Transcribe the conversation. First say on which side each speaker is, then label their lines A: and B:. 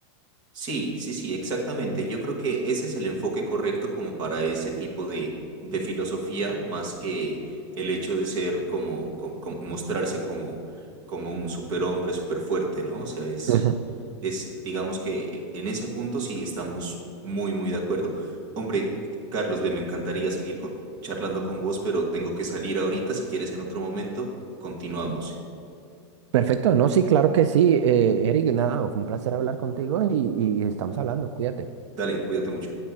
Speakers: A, on the right; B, on the right.
A: Sí, sí, sí, exactamente. Yo creo que ese es el enfoque correcto como para ese tipo de, de filosofía, más que el hecho de ser como, como- como- mostrarse como, como un superhombre, superfuerte, ¿no? O sea, es,
B: Ujú.
A: es, digamos que en ese punto sí estamos muy, muy de acuerdo. Hombre, Carlos, ve, me encantaría seguir con- charlando con vos, pero tengo que salir ahorita. Si quieres, en otro momento, continuamos.
B: Perfecto, no, sí, claro que sí. eh, Eric, nada, fue un placer hablar contigo y, y y estamos hablando, cuídate.
A: Dale, cuídate mucho.